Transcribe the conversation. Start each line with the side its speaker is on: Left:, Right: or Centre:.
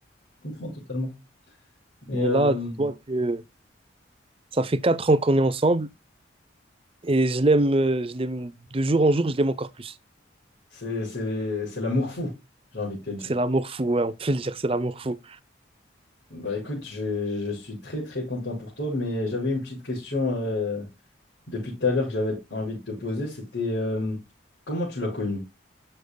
Left: je comprends totalement. Mais
Right: Mais
Left: euh,
Right: là, dis-toi que ça fait quatre ans qu'on est ensemble et je l'aime, euh, je l'aime de jour en jour, je l'aime encore plus.
Left: c'est, c'est, c'est l'amour fou, j'ai envie de te dire.
Right: C'est l'amour fou, ouais, on peut le dire, c'est l'amour fou.
Left: Bah écoute, je, je suis très très content pour toi, mais j'avais une petite question euh, depuis tout à l'heure que j'avais envie de te poser, c'était euh, comment tu l'as connu